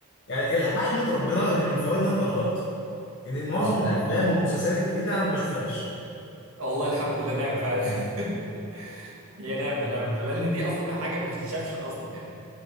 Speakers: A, on the left; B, on the right.
A: يعني ال- بحمد ربنا ان من فوائد إن انا اتغربت ان معظم
B: اه
A: الافلام والمسلسلات الجديدة انا ما بشوفهاش
B: والله الحمد لله نعمه فعلا <laughs> هي نعمه نعمه فلان دي اصلا حاجه ما تتشافش اصلا يعني